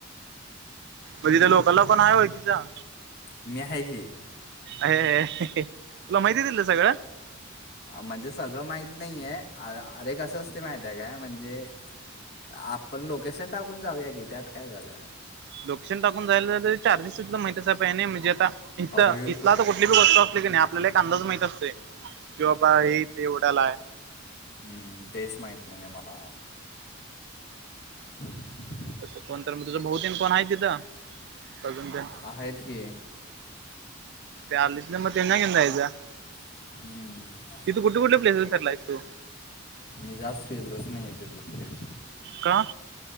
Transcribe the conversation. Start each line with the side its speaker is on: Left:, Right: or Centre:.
Right: म तिथ लोकलला कोण आहे ओळखीचा?
Left: मी हाय की.
Right: ऐ तुला माहिती तिथलं सगळं?
Left: म्हणजे सगळं माहित नाहीये अ अरे कसं असते माहित आहे काय म्हणजे आपण लोकेशन टाकून जाऊया की त्यात काय झालं.
Right: लोकेशन टाकून जायला तरी चार्जेस तिथला माहिती आहे सा पय नाही म्हणजे आता इथला
Left: अरे
Right: इथला
Left: क-
Right: आता कुठली बी <unintelligible> की नाही आपल्याला एक अंदाज माहित असते की बाबा हेथे एवढ्याला आहे.
Left: हम्म तेच माहीत नाही मला. <inaudible>
Right: तसं कोण तर मग तुझं बहुतेन कोण आहे तिथं अजून तेन
Left: आहेत की.
Right: ते आलीत ना मग तेना घेऊन जायचं.
Left: हम्म.
Right: कुठं कुठला पप्लॅसेस फिरला आहे तू?
Left: मी जास फिरलोच नाही आहे तिथलं प्लेस.
Right: का